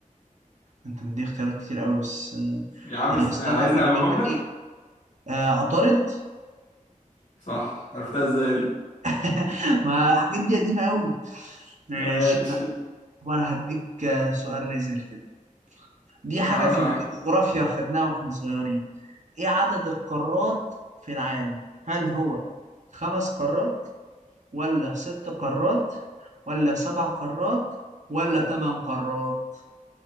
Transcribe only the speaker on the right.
انت مديني اختيارات كتير قوي بس آه
آه،
استنى
كنا
بنغنيها
آه عطارد
<laughs> ما الحاجات دي قديمة قوي ماشي
انا طب انا هديك آه، سؤال ريزل كده دي حاجة
في
الجغرافيا خدناها واحنا صغيرين ايه عدد القارات في العالم هل هو خمس قارات ولا ست قارات ولا سبع قارات ولا تمن قارات